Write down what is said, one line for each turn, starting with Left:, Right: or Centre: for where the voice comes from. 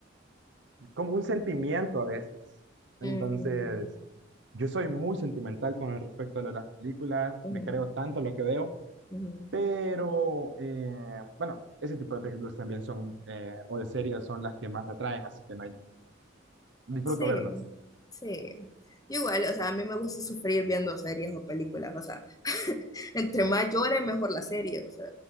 Right: como un sentimiento a veces. Entonces,
Left: Ujú,
Right: yo soy muy sentimental con el respecto de las películas,
Left: ujú,
Right: me creo tanto lo que veo,
Left: ujú.
Right: pero eh, bueno, ese tipo de películas también son, eh, o de series son las que más me atraen, así que no hay- disfruto
Left: Sí,
Right: verlas.
Left: sí. Igual, o sea, a mí me gusta sufrir viendo series o películas, o sea, entre más llore, mejor la serie, o sea,